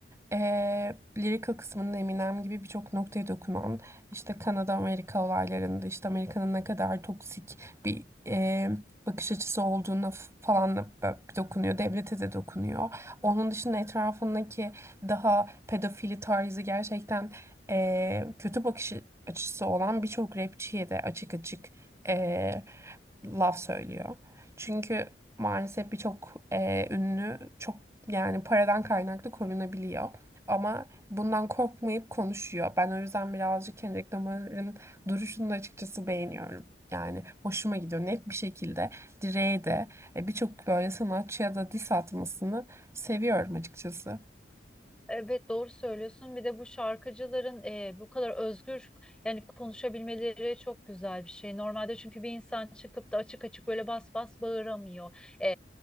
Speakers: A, on the right (about 15°); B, in the centre.
A: Eee lyrical kısmında Eminem gibi birçok noktaya dokunan işte Kanada Amerika olaylarında işte Amerika'nın ne kadar toksik bir eee, bakış açısı olduğuna f- falan da bö- dokunuyor. Devlete de dokunuyor. Onun dışında etrafındaki daha pedofili tarzı gerçekten eee, kötü bakış açısı olan birçok rapçiye de açık açık eee, laf söylüyor. Çünkü maalesef birçok eee, ünlü çok yani paradan kaynaklı korunabiliyor. Ama bundan korkmayıp konuşuyor. Ben o yüzden birazcık Kendrick Lamar'ın duruşunu da açıkçası beğeniyorum. Yani hoşuma gidiyor. Net bir şekilde Dre'ye de e, birçok böyle sanatçıya da diss atmasını seviyorum açıkçası.
B: Evet doğru söylüyorsun. Bir de bu şarkıcıların e, bu kadar özgür yani konuşabilmeleri çok güzel bir şey. Normalde çünkü bir insan çıkıp da açık açık böyle bas bas bağıramıyor. E,